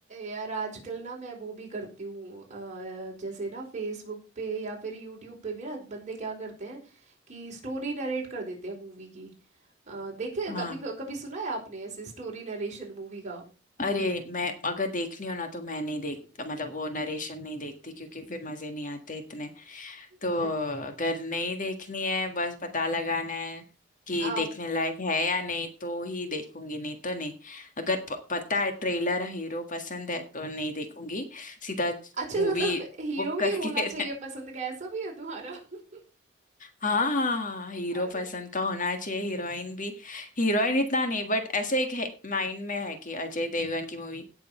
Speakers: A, on the right (about 40°); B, on the left (about 45°).
A: यार आजकल ना मैं वो भी करती हूँ अ, जैसे ना फेसबुक पे या फिर यूट्यूब पे भी ना बंदे क्या करते हैं कि स्टोरी नरेट कर देते हैं मूवी की अ, देखे
B: हाँ
A: कभी कभी सुना है आपने ऐसे स्टोरी नरेशन मूवी का
B: अरे मैं अगर देखनी हो ना तो मैं नहीं देख मतलब वो नरेशन नहीं देखती क्योंकि फिर मजे नहीं आते इतने तो
A: अ-
B: अगर नहीं देखनी है बस पता लगाना है कि
A: आ,
B: देखने लायक है या नहीं तो ही देखूंगी नहीं तो नहीं अगर प, पता है ट्रेलर हीरो पसंद है तो नहीं देखूंगी सीधा
A: अच्छा
B: मूवी
A: मतलब हीरो
B: बुक करके
A: भी होना चाहिए
B: <laughs>
A: पसंद का ऐसा भी है तुम्हारा <laughs>
B: हाँ हाँ हाँ हीरो
A: अरे
B: पसंद का होना चाहिए हीरोइन भी हीरोइन इतना नहीं बट ऐसे एक माइंड में है कि अजय देवगन की मूवी